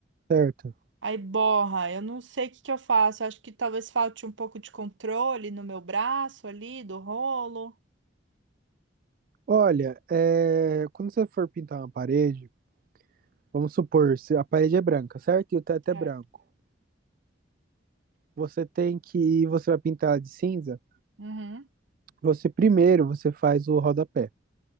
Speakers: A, on the right; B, on the right.
A: certo.
B: aí borra. Eu não sei o que que eu faço. Eu acho que talvez falte um pouco de controle no meu braço ali, do rolo.
A: Olha, é, quando você for pintar uma parede, vamos supor, se a parede é branca, certo? E o teto
B: Certo.
A: é branco. Você tem que, você vai pintar de cinza.
B: Uhum.
A: Você primeiro você faz o rodapé,